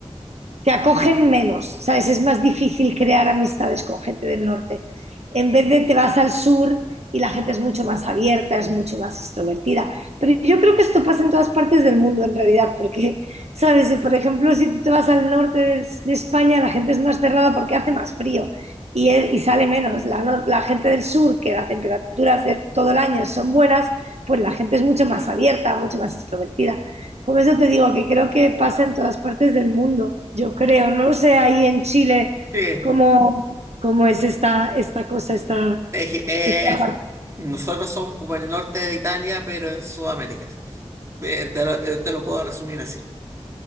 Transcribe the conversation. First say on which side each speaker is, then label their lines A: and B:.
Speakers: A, on the right (about 75°); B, on the right (about 25°).
A: te acogen menos, ¿sabes? Es más difícil crear amistades con gente del norte. En vez de te vas al sur y la gente es mucho más abierta, es mucho más extrovertida. Pero yo creo que esto pasa en todas partes del mundo en realidad, porque, ¿sabes? Por ejemplo, si tú te vas al norte de, de España, la gente es más cerrada porque hace más frío y, y sale menos. La, no- la gente del sur, que las temperaturas de todo el año son buenas, pues la gente es mucho más abierta, mucho más extrovertida. Por eso te digo que creo que pasa en todas partes del mundo, yo creo. No lo sé ahí en Chile
B: Sí.
A: cómo, cómo es esta, esta cosa, esta,
B: Es que, eh,
A: esta...
B: nosotros somos como el norte de Italia, pero en Sudamérica. Eh, te lo, eh, te lo puedo resumir así.